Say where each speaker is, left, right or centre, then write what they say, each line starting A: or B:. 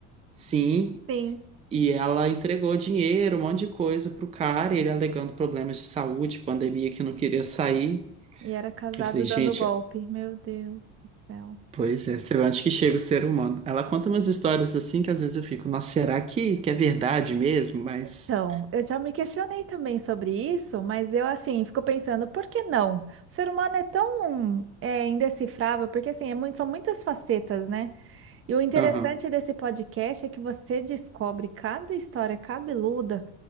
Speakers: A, on the right; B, on the right.
A: sim,
B: Sim.
A: E ela entregou dinheiro, um monte de coisa pro cara, e ele alegando problemas de saúde, pandemia que não queria sair.
B: E era casado
A: Eu falei, gente,
B: dando golpe. Meu Deus do céu.
A: pois é, você vê onde que chega o ser humano? Ela conta umas histórias assim que às vezes eu fico, nossa, será que, que é verdade mesmo? Mas.
B: Então, eu já me questionei também sobre isso, mas eu, assim, fico pensando, por que não? O ser humano é tão é, indecifrável, porque, assim, é muito- são muitas facetas, né? E o interessante
A: Aham.
B: desse podcast é que você descobre cada história cabeluda